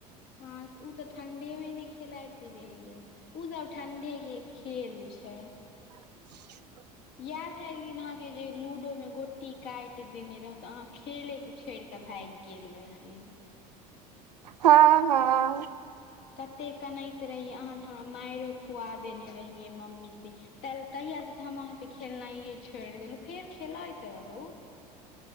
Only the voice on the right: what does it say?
<inaudible>
हाॅं हाॅं।